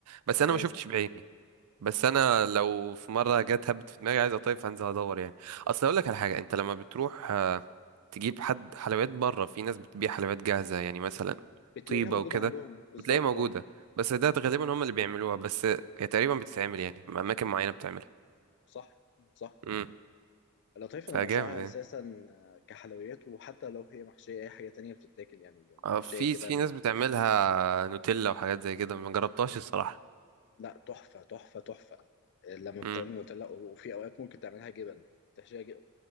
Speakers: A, on the right; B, on the left.
A: بس
B: تمام
A: أنا ما شفتش بعيني بس أنا لو في مرة جت هبت في دماغي عايز قطايف هنزل أدور يعني أصل أقول لك على حاجة أنت لما بتروح تجيب حد حلويات بره في ناس بتبيع حلويات جاهزة يعني مثلا
B: بتلاقيها
A: طيبة
B: موجودة
A: وكده
B: عندهم بالظبط
A: بتلاقيها موجودة
B: اه
A: بس ده غالبا هم اللي بيعملوها بس هي تقريبا بتتعمل يعني أماكن معينة بتعملها
B: صح صح
A: امم
B: القطايف
A: فجامد
B: انا بعشقها
A: يعني
B: اساسا آه، كحلويات وحتى لو هي محشيه اي حاجه تانية بتتاكل يعني ج- محشيه
A: اه في
B: جبن
A: في ناس بتعملها نوتيلا وحاجات زي كده ما جربتهاش الصراحة
B: لا تحفه تحفه تحفه آه، لما بتعمل
A: امم
B: نوتيلا وفي اوقات ممكن تعملها جبن تحشيها ج-